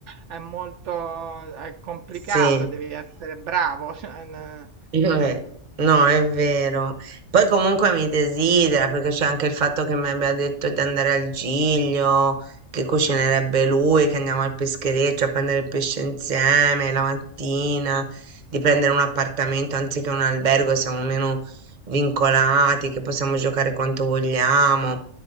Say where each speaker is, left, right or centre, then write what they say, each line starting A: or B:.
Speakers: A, on the right; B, on the right.
A: è molto è complicato,
B: Sì.
A: devi essere bravo, <laughs> cioè, n-
B: Io re- No, è vero. Poi comunque mi desidera perché c'è anche il fatto che mi abbia detto di andare al Giglio, che cucinerebbe lui, che andiamo al peschereccio a prendere il pesce insieme la mattina, di prendere un appartamento anziché un albergo, siamo meno vincolati, che possiamo giocare quanto vogliamo.